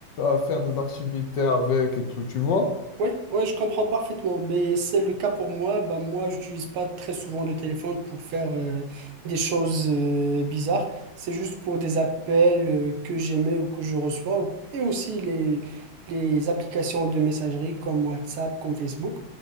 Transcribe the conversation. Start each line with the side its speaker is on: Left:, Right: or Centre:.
Left: faire des activités avec et tout, tu vois?
Right: Oui, ouais, je comprends parfaitement. Mais c'est le cas pour moi. Bah, moi, je n'utilise pas très souvent le téléphone pour faire euh, des choses euh, bizarres. C'est juste pour des appels euh, que j'aimais ou que je reçois. ou- Et aussi les, les applications de messagerie comme WhatsApp, comme Facebook.